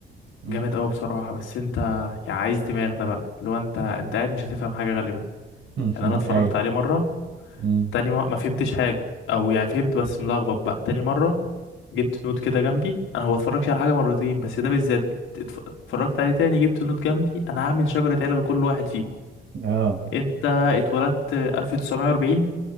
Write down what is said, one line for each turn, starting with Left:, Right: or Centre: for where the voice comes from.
Right: مم.
Left: جامد اوي بصراحة بس انت يعني عايز دماغ ده بقى اللي هو انت انت قاعد مش هتفهم حاجة غالبا
Right: <laughs>
Left: يعني انا اتفرجت
Right: ايوه
Left: عليه مرة
Right: مم.
Left: تاني ما, ما فهمتش حاجة او يعني فهمت بس ملخبط بقى تاني مرة جبت نوت كده جنبي انا هو اتفرجش على حاجة مرتين بس ده بالذات اتف- اتفرجت عليه تاني جبت نوت جنبي انا هعمل شجرة عيلة لكل واحد فيكم
Right: اه
Left: انت اتولدت 1940